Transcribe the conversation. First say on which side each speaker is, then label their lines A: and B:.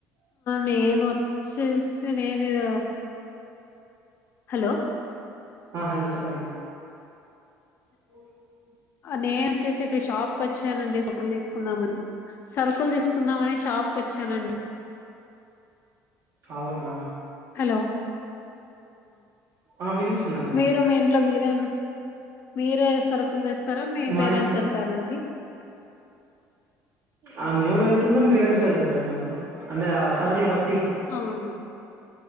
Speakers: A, on the left; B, on the right.
A: నేను వచ్చేసి నే అద హలో
B: ఆ హలో చెప్పండి ఉ <unintelligible>
A: ఆ నేను వచ్చేసి ఇక్కడ షాప్ కొచ్చానండి సరుకులు తీసుకుందామని సరుకు తీసుకుందాం అనేసి స్షాప్కి వచ్చానండి
B: అవునా
A: హలో
B: ఆ వినిపిస్తుందండి
A: మీరు మీ ఇంట్లో మీరే మీరే సరుకులు తెస్తారా మీ
B: మా
A: పేరెంట్స్
B: ఇం
A: వెళ్తారాండి
B: ఆ మేము వెళ్తున్నాం పేరెంట్స్ వెళ్తున్నాం అండి అంటే సరకులు బట్టి
A: అవును